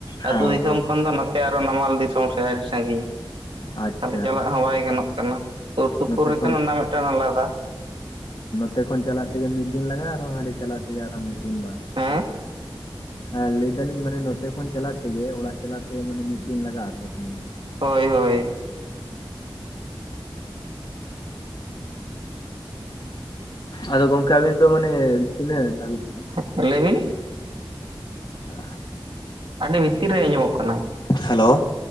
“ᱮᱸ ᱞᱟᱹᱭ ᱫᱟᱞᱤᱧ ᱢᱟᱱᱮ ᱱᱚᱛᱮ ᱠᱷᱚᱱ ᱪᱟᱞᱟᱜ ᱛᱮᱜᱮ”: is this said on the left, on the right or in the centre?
Left